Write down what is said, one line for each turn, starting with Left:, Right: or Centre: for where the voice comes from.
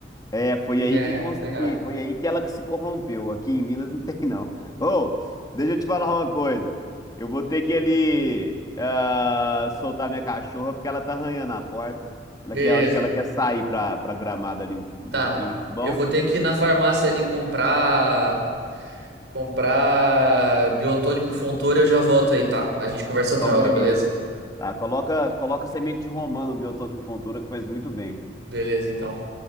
Left: É, foi
Right: É,
Left: aí que consegui,
Right: complicado.
Left: foi aí que ela se corrompeu. Aqui em Minas não <laughs> tem, não. Ô, deixa eu te falar uma coisa. Eu vou ter que ali ah, soltar minha cachorra porque ela tá arranhando a porta. Ela
Right: Beleza.
Left: quer, eu acho que ela quer sair pra, pra gramado ali um, um
Right: Tá.
Left: tempinho, tá bom?
Right: Eu vou ter que ir na farmácia ali comprar. Comprar biotônico Fontoura, e eu já volto aí, tá? A gente conversa outra
Left: Então,
Right: hora,
Left: beleza.
Right: beleza?
Left: Tá, coloca, coloca semente de romã no Biotônico Fontoura que faz muito bem.
Right: Beleza, então.